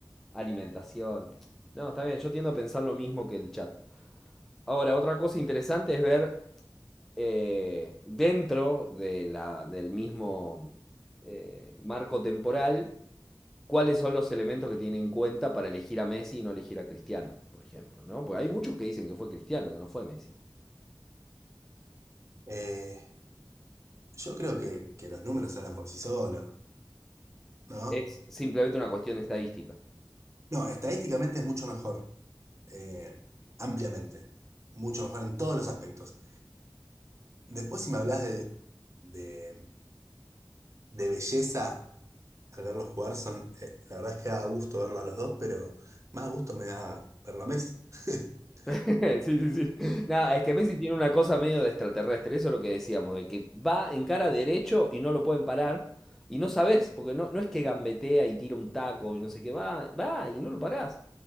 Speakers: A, in the centre; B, on the right (about 40°).
A: alimentación. No, está bien, yo tiendo a pensar lo mismo que el chat. Ahora, otra cosa interesante es ver eh, dentro de la, del mismo eh, marco temporal cuáles son los elementos que tiene en cuenta para elegir a Messi y no elegir a Cristiano, por ejemplo, ¿no? Porque hay muchos que dicen que fue Cristiano, que no fue Messi.
B: Eh, Yo creo que, que los números hablan por sí solos, ¿no?
A: Es simplemente una cuestión de estadística.
B: No, estadísticamente es mucho mejor, eh, ampliamente, mucho mejor en todos los aspectos. Después, si me hablas de, de, de belleza al verlos jugar, son, eh, la verdad es que da gusto verlo a los dos, pero más gusto me da verlo a Messi. <laughs>
A: <laughs> Sí, sí, sí. Nada, es que Messi tiene una cosa medio de extraterrestre, eso es lo que decíamos, de que va en cara derecho y no lo pueden parar. Y no sabés, porque no, no es que gambetea y tira un taco y no sé qué, va, va y no lo parás.